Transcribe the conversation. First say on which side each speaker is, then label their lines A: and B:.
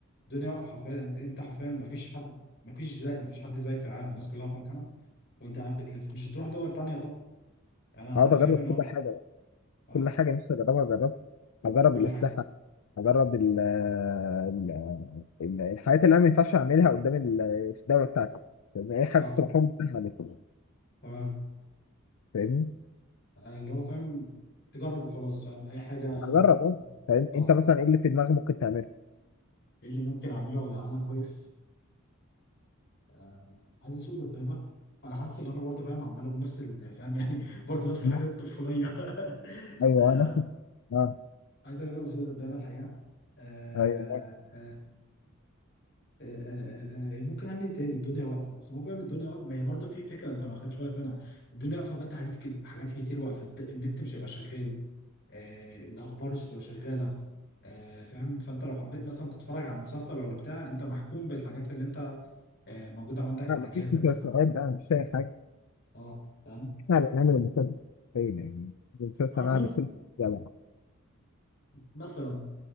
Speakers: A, on the left (about 55°); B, on the left (about 75°).
A: الدنيا واقفه حرفيا انت انت حرفيا ما فيش حد ما فيش زي ما فيش حد زيك في العالم الناس كلها في مكانها وانت قاعد بتلف مش هتروح دول تانية طب يعني انا
B: هقعد
A: انا
B: اجرب
A: فاهم ان هو
B: كل حاجه
A: اه
B: كل حاجة نفسي أجربها أجربها هجرب
A: كل
B: الأسلحة
A: حاجه
B: هجرب ال ال- ال- الحاجات اللي أنا ما ينفعش أعملها قدام ال- في الدولة بتاعتي لأن أي حاجة
A: اه
B: كنت محروم منها أعملها
A: تمام
B: فاهمني؟
A: آه، اللي هو فاهم تجرب وخلاص فاهم اي حاجه
B: هجرب أه فاهم؟
A: اه
B: أنت مثلا إيه اللي في دماغك ممكن تعمله؟
A: ايه اللي ممكن اعمله ولا العالم وقف آه، عايز اسوق دبابه انا حاسس ان انا برضه فاهم عمال اقول نفس ال- فاهم يعني <laughs> برضه نفس الحاجات
B: لا،
A: الطفوليه <laughs>
B: ايوه
A: آه،
B: انا نفسي اه
A: عايز اجرب اسوق دبابه الحقيقه آه،
B: ايوه ماشي.
A: آه، آه، آه، آه، آه، ممكن اعمل ايه تاني الدنيا واقفه بس هو فاهم الدنيا واقفه ما هي برضه في فكره انت ما خدتش بالك منها الدنيا واقفه فانت حاجات كت- حاجات كتير واقفه الد- النت مش هيبقى شغال آه، الاخبار مش هتبقى شغاله آه، فاهم فانت لو حبيت مثلا تتفرج على مسلسل ولا بتاع انت محكوم بالحاجات اللي انت آه، موجوده عندك
B: لا
A: على
B: مفيش
A: جهازك
B: مسلسلات بقى مش شايف حاجة
A: اه فاهم
B: احنا اللي هنعمل المسلسل ايه يعني المسلسل
A: اه
B: انا
A: ممكن
B: مثلت جماعة
A: مثلا